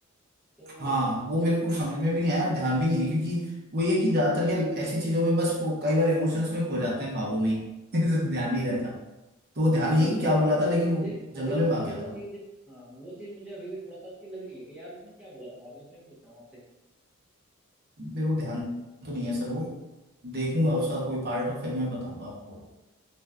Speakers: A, in the centre; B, on the right.
A: तो
B: हाँ
A: वो
B: वो मेरे को समझ में भी नहीं आया और ध्यान भी नहीं है क्योंकि वो ये कि ज्यादातर क्या ऐसी चीजों में बस वो कई बार इमोशंस में खो जाते हैं भावों में ही <laughs>
A: हम्म
B: ध्यान
A: हम्म
B: नहीं रहता तो वो ध्यान
A: उसका
B: नहीं
A: ना मुझे
B: कि क्या बोला था लेकिन
A: मुझे
B: वो
A: मुझे
B: जंगल
A: उसका
B: में भाग गया
A: वो
B: था
A: चीज हाँ वो चीज मुझे अभी भी थोड़ा सा उसकी लग रही है कि यार उसने क्या बोला था वहां पे इसलिए मैं पूछ रहा हूँ आपसे
B: मेरे को ध्यान तो नहीं है सर वो देखूंगा
A: अच्छा
B: उसका कोई पार्ट और फिर मैं बताऊंगा आपको